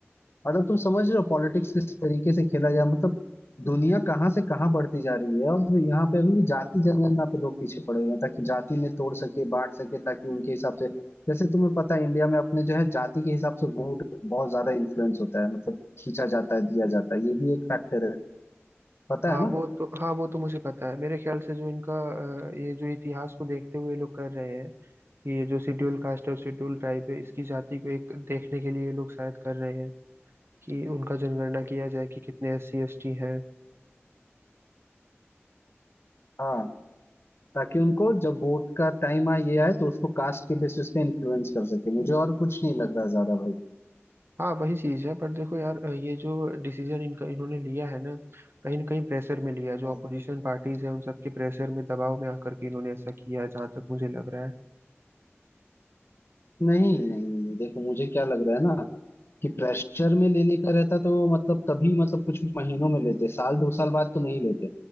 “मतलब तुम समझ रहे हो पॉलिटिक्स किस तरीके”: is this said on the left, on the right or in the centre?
Left